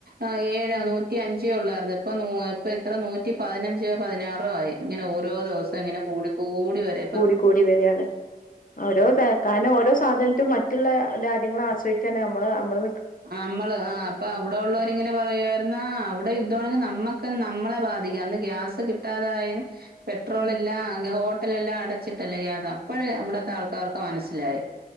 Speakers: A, on the right; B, on the left.
A: ആ ഏഴാ
B: ഉം
A: നൂറ്റി അഞ്ചോ ഉള്ള ഇപ്പ ഇപ്പ ഇത്ര നൂറ്റി പതിനഞ്ചോ പതിനാറോ ആയി ഇങ്ങനെ ഓരോ ദിവസം ഇങ്ങനെ കൂടി കൂടി വര
B: കുടി ക്കൂടി വരാണ് ഓരോക്കാനോ പ്പോഓരോ സാധനത്തും മറ്റുള്ള രാജ്യങ്ങളെ ആശ്രയിച്ചാണ് നമ്മള് അമ്മള്‌
A: അമ്മള് ആ അപ്പൊ അവിടെ ഉള്ളോരിങ്ങനെ പറയേർന്നോ അവ്ടെ ഇതോണ്ട് നമ്മക്ക് നമ്മളെ ബാധിക്കും അന്ന് ഗ്യാസ് കിട്ടാതായേന് പെട്രോളില്ലാ
B: ഉം
A: അങ്ങനെ ഹോട് ട്ടിലെല്ലാം എല്ലാ അടച്ചിട്ടല്ലേ ജാഥ ഇപ്പഴേ അവിടത്തെ
B: ഉം
A: ആൾക്കാർക്ക് മനസി ലായി